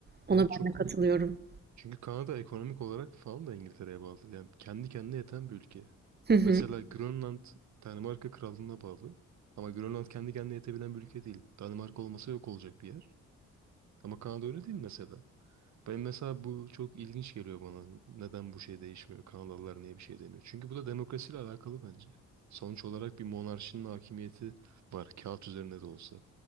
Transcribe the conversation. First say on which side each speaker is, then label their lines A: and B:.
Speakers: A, on the right (about 35°); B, on the right (about 65°).
A: Ona
B: Evet çok
A: ben de
B: komik.
A: katılıyorum.
B: Çünkü Kanada ekonomik olarak falan da İngiltere'ye bağlı. Yani kendi kendine yeten bir ülke.
A: <laughs>
B: Mesela Grönland Danimarka Krallığı'na bağlı. Ama Grönland kendi kendine yetebilen bir ülke değil. Danimarka olmasa yok olacak bir yer. Ama Kanada öyle değil mesela. Ben mesela bu çok ilginç geliyor bana. Neden bu şey değişmiyor? Kanadalılar niye bir şey demiyor? Çünkü bu da demokrasiyle alakalı bence. Sonuç olarak bir monarşinin hakimiyeti var. Kağıt üzerinde de olsa.